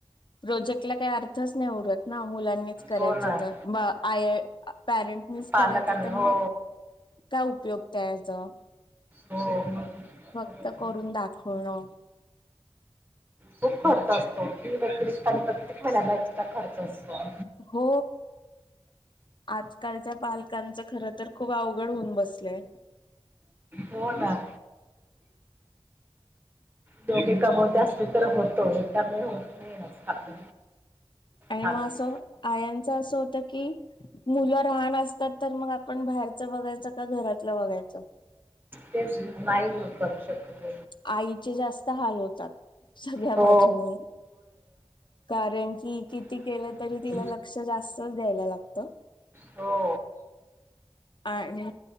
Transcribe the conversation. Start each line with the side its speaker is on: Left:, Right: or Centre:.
Left: प्रोजेक्टला काही अर्थच नाही उरत. ना मुलांनीच करायचे
Right: हो ना.
Left: तर आय पॅरेंटनीच
Right: पालकांनी
Left: करायचं तर
Right: हो
Left: मग. काय उपयोगत त्याचा?
Right: हो मग
Left: फक्त
Right: बरोबर
Left: करून दाखवणं.
Right: खूप खर्च असतो फी व्यतिरिक्त प्रत्येक महिन्याला एक्स्ट्रा खर्च असतो.
Left: हो आजकालच्या पालकांचं खर तर. खूप अवघड होऊन बसलय.
Right: हो ना. दोघे कमवते असले तर होतं एकट्याने होत नाही आजकाल.
Left: आणि
Right: चालवणे.
Left: मग असं आयांचं असं होत की मुलं लहान असतात तर आपण बाहेरच बघायचं का घरातलं बघायचं
Right: तेच नाही मी करू शकत.
Left: आईचे जास्त हाल होतात सगळ्या
Right: हो
Left: बाजूनी कारण की किती
Right: किया
Left: केलं तरी तिला लक्ष जास्तच द्यायला लागत.
Right: हो.
Left: आणि.